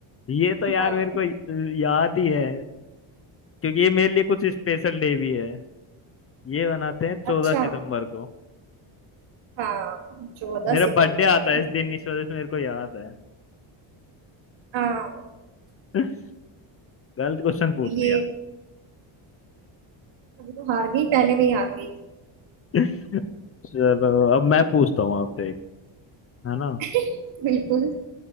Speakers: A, on the left; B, on the right.
A: <laughs> ये तो यार
B: हाँ
A: मेरे को य- याद ही है क्योंकि ये मेरे लिए कुछ स्पेशल डे भी है ये बनाते हैं चौदह
B: अच्छा
A: सितंबर को
B: हाँ चौदह
A: मेरा
B: सितंबर
A: बर्थडे आता
B: में
A: है इस दिन इस वजह से मेरे को याद है
B: हाँ
A: <laughs> गलत क्वेश्चन पूछ
B: तो
A: लिया
B: ये अभी तो हार गई पहले में ही हार गई
A: <laughs> चलो अब मैं पूछता हूँ आपसे एक है ना
B: <laughs> बिल्कुल